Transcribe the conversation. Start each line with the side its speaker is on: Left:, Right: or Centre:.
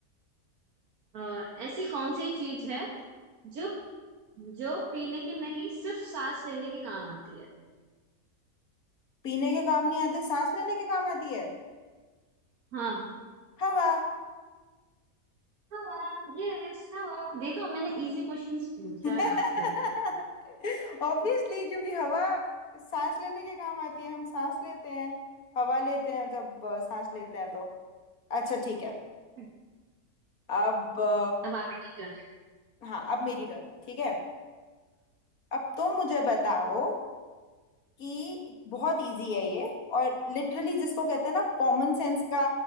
Right: है अ, ऐसी कौन सी चीज है जो जो पीने की नहीं सिर्फ सांस लेने के काम आती है
Left: पीने के काम नहीं आती सांस लेने के काम आती है
Right: हाँ
Left: हवा
Right: हवा यस हवा देखो मैंने इजी क्वेश्चंस पूछा
Left: <laughs>
Right: है आपसे
Left: ऑब्वियसली क्योंकि हवा सांस लेने के काम आती है हम सांस लेते हैं हवा लेते हैं जब अ, सांस लेते हैं तो अच्छा ठीक है
Right: <laughs>
Left: अब अ,
Right: अब आपकी टर्न
Left: हाँ अब मेरी टर्न ठीक है अब तुम मुझे बताओ कि बहुत इजी है ये और लिटरली जिसको कहते हैं ना कॉमन सेंस का